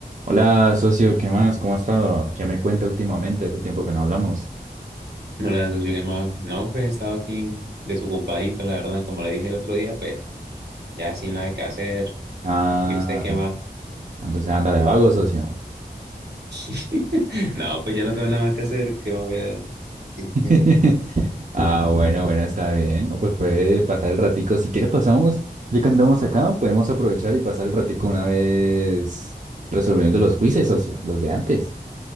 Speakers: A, on the right; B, on the right.
A: Hola, socio, ¿qué más? ¿Cómo ha estado? ¿Qué me cuenta últimamente? Hace tiempo que no hablamos.
B: Hola, socio, ¿qué más? No, pues estaba aquí desocupadito, la verdad, como le dije el otro día, pues ya sin nada que hacer.
A: Ah,
B: ¿Y usted qué más?
A: entonces anda de vago, socio.
B: <laughs> No, pues ya no tengo nada más que hacer, ¿qué más voy a...? hacer? Sí,
A: <laughs>
B: sí.
A: Ah, bueno, bueno, está bien. No, pues puede pasar el ratico. Si quiere pasamos, ya que andamos acá, podemos aprovechar y pasar el ratico una vez resolviendo los quizzes, socio, los de antes.